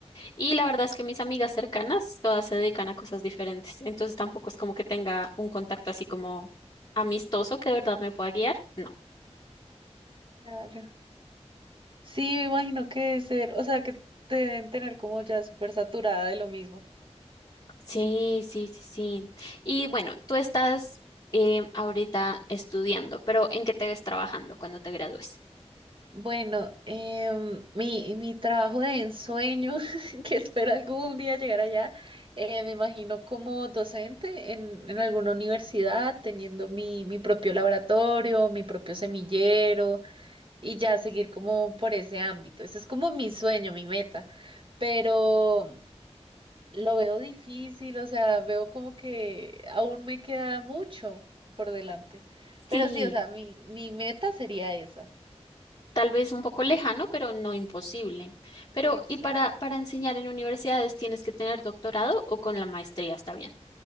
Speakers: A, on the left; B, on the right.
A: Y la verdad es que mis amigas cercanas, todas se dedican a cosas diferentes. Entonces tampoco es como que tenga un contacto así como amistoso que de verdad me pueda guiar. No.
B: Claro. Sí, me imagino que debe ser, o sea, que te deben tener como ya súper saturada de lo mismo.
A: Sí, sí, sí, sí. Y bueno, tú estás eh, ahorita estudiando, pero ¿en qué te ves trabajando cuando te gradúes?
B: Bueno, em, mi, mi trabajo de ensueño, <laughs> que espero algún día llegar allá, eh, me imagino como docente en, en alguna universidad, teniendo mi, mi propio laboratorio, mi propio semillero y ya seguir como por ese ámbito. Ese es como mi sueño, mi meta, pero lo veo difícil, o sea, veo como que aún me queda mucho por delante.
A: Sí.
B: Pero sí, o sea, mi, mi meta sería esa.
A: tal vez un poco lejano, pero no imposible. Pero,
B: Exacto.
A: ¿y para, para enseñar en universidades tienes que tener doctorado o con la maestría está bien?